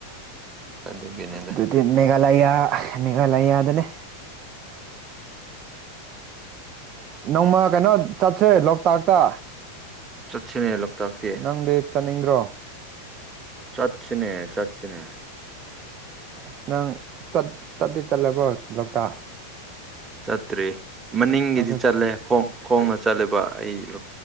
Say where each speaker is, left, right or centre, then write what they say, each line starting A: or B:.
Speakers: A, on the right; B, on the right.
A: ꯑꯗꯨꯒꯤꯅꯤꯗ
B: ꯇꯤꯞ ꯃꯦꯒꯂꯩꯌꯥ ꯃꯦꯒꯂꯩꯌꯥꯗꯅꯦ ꯅꯣꯡꯃ ꯀꯩꯅꯣ ꯆꯠꯁꯦ ꯂꯣꯛꯇꯥꯛꯇ
A: ꯆꯠꯁꯤꯅꯦ ꯂꯣꯛꯇꯛꯇꯤ
B: ꯅꯪꯗꯤ ꯆꯠꯅꯤꯡꯗ꯭ꯔꯣ
A: ꯆꯠꯁꯤꯅꯦ ꯆꯠꯁꯤꯅꯦ
B: ꯏꯁ ꯅꯪ ꯆꯠ ꯆꯠꯇꯤ ꯆꯠꯂꯕꯣ ꯂꯧꯇꯥꯛ
A: ꯆꯠꯇ꯭ꯔꯤ ꯃꯅꯤꯡꯒꯤꯗꯤ
B: ꯑꯩꯁꯨ
A: ꯆꯠꯂꯦ ꯈꯣꯡ ꯈꯣꯡꯅ ꯆꯠꯂꯦꯕ ꯑꯩ ꯂꯣ